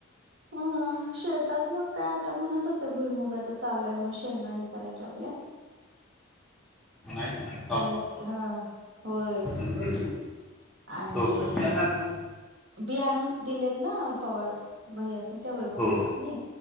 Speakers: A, on the right; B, in the centre.
A: ह, शेतातल काय आता म्हणत होते, भुईमुगाच चालूये म शेंगा हे करायची आपल्या.
B: ह <unintelligible>
A: काय हा, होय.
B: आहे
A: आणि
B: तो क त्या <inaudible>
A: बी आण आणून दिलेत ना, पवार भै्यासनी, त्या वैभव
B: हो
A: भै्यासनी.